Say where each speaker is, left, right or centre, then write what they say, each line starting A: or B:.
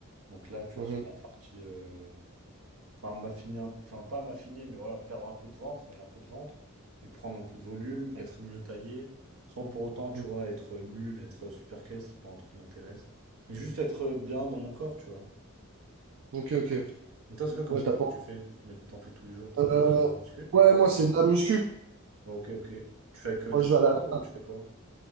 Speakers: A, on the right; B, on the right.
A: Donc là, tu vois,
B: Mhm,
A: sur la partie, euh, Enfin, m'affiner un peu, enfin, pas m'affiner, mais voilà, perdre un peu de ventre, j'ai un peu de ventre, et prendre un peu de volume, être mieux taillé, sans pour autant, tu
B: mhm.
A: vois, être une mule, être super caisse, c'est pas un truc qui m'intéresse. Mais juste être bien dans mon corps, tu vois.
B: Ok, ok.
A: Mais toi, c'est quoi comme
B: Ouais,
A: sport
B: t'as pas
A: que tu fais? Tu m'as dit que t'en fais tous les jours, c'est
B: Euh,
A: quoi, c'est pour le muscu?
B: ouais, moi, c'est de la muscu.
A: Oh, Ok, ok. Tu fais avec euh,
B: Moi,
A: du
B: je
A: poids
B: vais à la...
A: ou tu fais quoi?